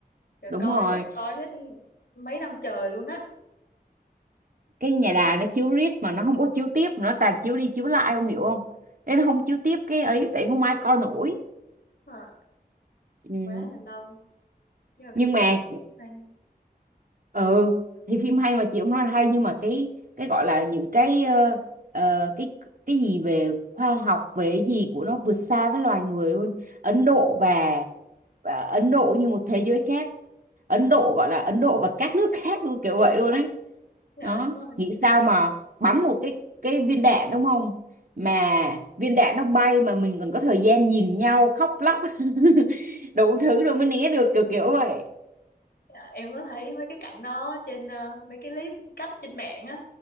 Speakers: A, on the left; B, on the right.
A: trời
B: đúng
A: coi
B: rồi
A: chắc coi hết mấy năm trời luôn á
B: cái nhà đài nó chiếu riết mà nó không có chiếu tiếp nó toàn chiếu đi chiếu lại không hiểu không nên nó không chiếu tiếp cái ấy tại không ai coi nổi
A: à,
B: ừ.
A: quá là lâu nhưng mà
B: nhưng
A: phim
B: mà
A: Ấn Độ cũng hay
B: ừ thì phim hay mà chị cũng nói là hay nhưng mà cái cái gọi là những cái ờ, ờ, cái cái gì về khoa học về cái gì của nó vượt xa với loài người luôn Ấn Độ và, và Ấn Độ như một thế giới khác Ấn Độ gọi là Ấn Độ và các nước khác luôn kiểu vậy luôn ấy
A: dạ
B: đó
A: đúng rồi
B: nghĩ sao mà bắn một cái cái viên đạn đúng không mà viên đạn nó bay mà mình còn có thời gian nhìn nhau khóc lóc <laughs> đủ thứ rồi mới né được kiểu kiểu vậy
A: dạ, em có thấy mấy cái cảnh đó trên ờ, mấy cái clip cắt trên mạng á